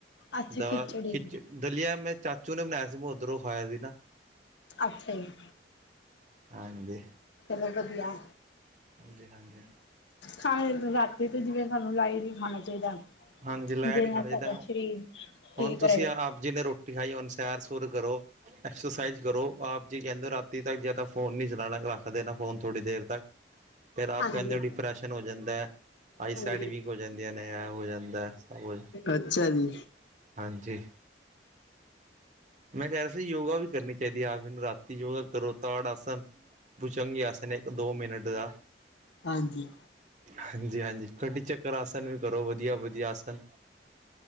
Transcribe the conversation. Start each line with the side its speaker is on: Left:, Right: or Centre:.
Left: ਅੱਛਾ
Right: ਦਾਲ
Left: ਖਿਚੜੀ
Right: ਖਿੱਚ ਦਲੀਆ ਮੈਂ ਚਾਚੂ ਨੇ ਬਣਾਇਆ ਸੀ ਮੈਂ ਉੱਧਰੋਂ ਖਾਇਆ ਸੀ ਨਾ।
Left: ਅੱਛਾ ਜੀ।
Right: ਹਾਂਜੀ।
Left: ਚਲੋ ਵਧੀਆ।
Right: ਹਾਂਜੀ-ਹਾਂਜੀ।
Left: ਖਾਣੇ ਰਾਤੀ ਤੇ ਜਿਵੇਂ ਸਾਨੂੰ ਲਾਈਟ ਈ ਖਾਣਾ ਚਾਹੀਦਾ।
Right: ਹਾਂਜੀ। ਲੈਟ
Left: ਜਿਹਦੇ
Right: ਈ ਖਾਣਾ
Left: ਨਾਲ
Right: ਚਾਈਦੇ।
Left: ਸਾਡਾ ਸਰੀਰ ਠੀਕ
Right: ਹੁਣ ਤੁਸੀਂ
Left: ਰਹੇ
Right: ਅ ਆਪ ਜੀ ਨੇ ਰੋਟ ਟੀ ਖਾਈ ਹੁਣ ਸੈਰ ਸੁਰ ਕਰੋ। ਐਕਸਰਸਾਈਜ਼ ਕਰੋ। ਆਪ ਜੀ ਕਹਿੰਦੇ ਰਾਤੀ ਤੱਕ ਜਾਦਾ ਫੋਨ ਨੀ ਚਲਾਣਾ ਰੱਖ ਦੇਨਾ ਫੋਨ। ਥੋੜ੍ਹੀ ਦੇਰ ਤੱਕ। ਫਿਰ ਆਪ
Left: ਹਾਂਜੀ
Right: ਕਹਿੰਦੇ ਓ। ਡਿਪਰੈਸ਼ਨ ਹੋ ਜੰਦੇ, ਆਈਸਾਈਡ
Left: ਹਾਂਜੀ।
Right: ਵੀਕ ਹੋ ਜਾਂਦੀਆਂ ਨੇ, ਐ ਹੋ ਜਂਦਾ। ਹੁੰਦੇ ਸਭ ਕੁਜ।
Left: ਅੱਛਾ ਜੀ,
Right: ਹਾਂਜੀ। ਮੈਂ ਕਹਿ ਰਿਆ ਸੀ ਯੋਗਾ ਵੀ ਕਰਨੀ ਚਾਹੀਦੀ ਐ ਆਪ ਜੀ ਨੂੰ ਰਾਤੀ ਯੋਗਾ ਕਰੋ ਤਾੜ ਆਸਣ। ਭੁਜੰਗੀਆਸਨ ਇੱਕ ਦੋ ਮਿੰਟ ਦਾ।
Left: ਹਾਂਜੀ।
Right: ਹਾਂਜੀ-ਹਾਂਜੀ। ਕਡੀ ਚੱਕਰ ਆਸਨ ਵੀ ਕਰੋ ਵਧੀਆ-ਵਧੀਆ ਆਸਨ।